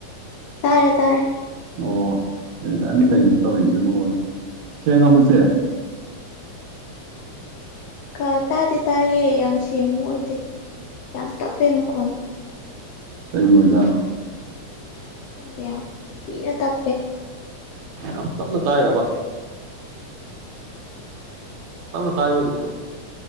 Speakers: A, on the left; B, on the right.
A: ꯇꯥꯔꯦ ꯇꯥꯔꯦ
B: ꯑꯣ ꯑꯩ ꯑꯅꯤ ꯀꯩꯅꯣ ꯇꯧꯔꯤꯁꯤꯕꯣꯅ ꯁꯦꯡꯉꯕꯣ ꯏꯆꯦ
A: ꯑ ꯇꯥꯗꯤ ꯇꯥꯏꯌꯦ ꯌꯥꯝ ꯁꯦ ꯑꯣꯏꯗꯦ ꯌꯥꯝ ꯇꯞꯄꯦ ꯃꯈꯣꯟ
B: ꯀꯔꯤ ꯑꯣꯏꯖꯥꯇꯅꯣ
A: ꯈꯪꯗ ꯌꯥꯝ ꯊꯤꯅ ꯇ ꯄꯦ
B: ꯌꯥꯝ ꯇꯞꯅ ꯇꯥꯏꯔꯕ ꯇꯞꯅ ꯇꯥꯏꯌꯦꯕ ꯍꯧꯖꯤꯛꯁꯨ